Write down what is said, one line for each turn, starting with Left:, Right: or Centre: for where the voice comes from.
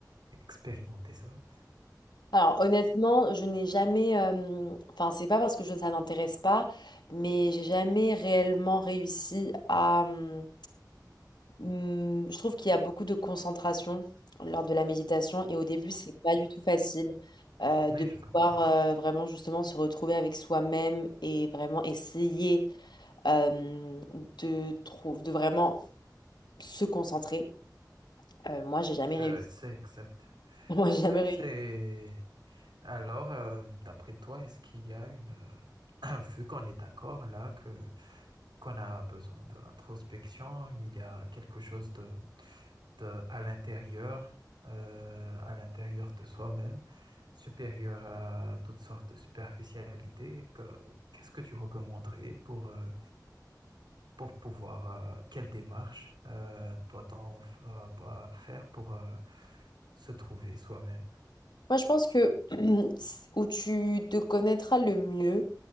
Right: expérimenté ça?
Left: Alors honnêtement, je n'ai jamais, euh, enfin c'est pas parce que je, ça n'intéresse pas, mais j'ai jamais réellement réussi à, mmh, Hum, je trouve qu'il y a beaucoup de concentration lors de la méditation et au début, c'est pas du tout facile euh,
Right: Oui,
Left: de pouvoir
Right: je comprends.
Left: euh, vraiment justement se retrouver avec soi-même et vraiment essayer euh, de, trou- de vraiment se concentrer. Euh, moi, j'ai jamais
Right: Euh,
Left: réussi.
Right: c'est exact.
Left: <laughs> Moi, j'ai jamais
Right: Oui,
Left: réussi.
Right: c'est... Alors, euh, d'après toi, est-ce qu'il y a une... euh, <clears throat> Vu qu'on est d'accord là que qu'on a besoin de l'introspection, il y a quelque chose de, de- à l'intérieur, euh, à l'intérieur de soi-même, supérieur à toutes sortes de superficialités. que- Qu'est-ce que tu recommanderais pour, euh, pour pouvoir, euh, quelle démarche euh, doit-on euh, pas faire pour euh, se trouver soi-même?
Left: Moi, je pense que <clears throat> c'est où tu te connaîtras le mieux